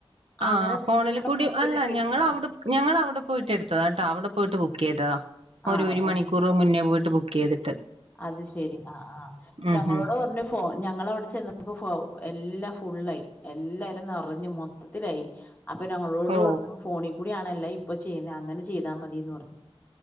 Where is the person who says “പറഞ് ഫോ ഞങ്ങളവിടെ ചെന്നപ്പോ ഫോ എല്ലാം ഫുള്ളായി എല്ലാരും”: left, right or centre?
Left